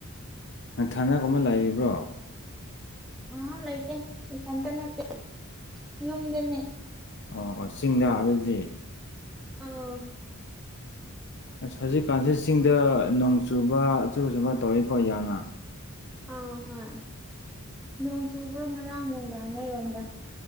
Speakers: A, on the left; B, in the centre.
A: ꯊꯅꯒꯨꯝꯕ ꯂꯩꯕ꯭ꯔꯣ
B: ꯑ ꯂꯥꯏꯇꯇꯅꯠꯇ ꯌꯝꯗꯅꯦ
A: ꯑꯣ ꯑꯣ ꯆꯤꯡꯗ ꯑꯗꯨꯗꯤ
B: ꯑꯥ
A: ꯑꯁ ꯍꯧꯖꯤꯛꯀꯥꯟꯁꯤꯦ ꯆꯤꯡꯗ ꯅꯣꯡ ꯆꯨꯕ ꯑꯆ ꯑꯆꯕ ꯇꯧꯋꯤꯀꯣ ꯌꯥꯝꯅ
B: ꯑ ꯍꯣꯏ ꯅꯣꯡ ꯆꯨꯕ꯭ꯔꯣ ꯉꯔꯥꯡ ꯅꯨꯡꯗꯥꯡ ꯅꯔꯣꯝꯗ